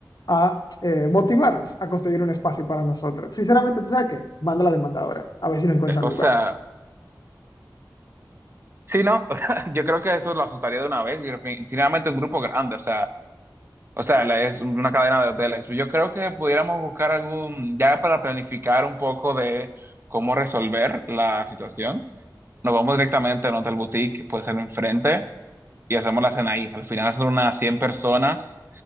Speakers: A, on the left; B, on the right.
A: a eh, motivarlos a conseguir un espacio para nosotros. Sinceramente, ¿tú sabes qué? Manda la demanda ahora, a ver si le encuentran
B: o
A: lugar.
B: sea... Sí, no, <laughs> yo creo que eso lo asustaría de una vez y definitivamente un grupo grande, o sea, o sea, la- es una cadena de hoteles. Yo creo que pudiéramos buscar algún, ya para planificar un poco de cómo resolver la situación, nos vamos directamente a un hotel boutique, puede ser enfrente, y hacemos la cena ahí. Al final son unas 100 personas,